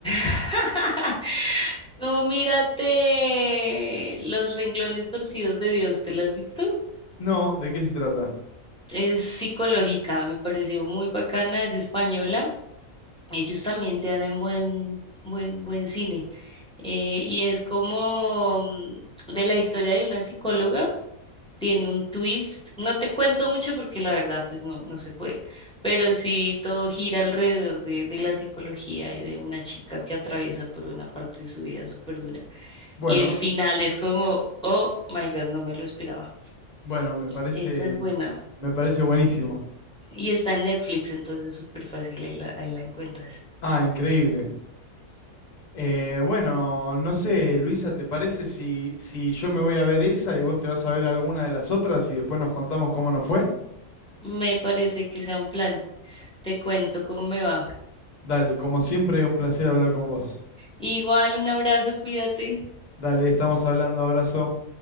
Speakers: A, in the centre; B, on the left.
A: <laughs> Tú mírate Los renglones torcidos de Dios, ¿te las has visto?
B: No, ¿de qué se trata?
A: Es psicológica, me pareció muy bacana, es española. ellos también te dan en buen, buen, buen cine. Eh, y es como mm, de la historia de una psicóloga, tiene un twist. No te cuento mucho porque la verdad, pues no, no se puede. Pero sí todo gira alrededor de, de la psicología y de una chica que atraviesa por una parte de su vida súper dura.
B: Bueno,
A: Y el final es como, oh my God, no me lo esperaba.
B: bueno, me parece,
A: Esa es buena.
B: me parece buenísimo.
A: Y está en Netflix, entonces súper fácil, ahí la, ahí la encuentras.
B: Ah, increíble. Eh, bueno, no sé, Luisa, ¿te parece si, si yo me voy a ver esa y vos te vas a ver alguna de las otras y después nos contamos cómo nos fue?
A: Me parece que sea un plan. te cuento cómo me va.
B: Dale, como siempre, un placer hablar con vos.
A: Igual, un abrazo, cuídate.
B: Dale, estamos hablando, abrazo.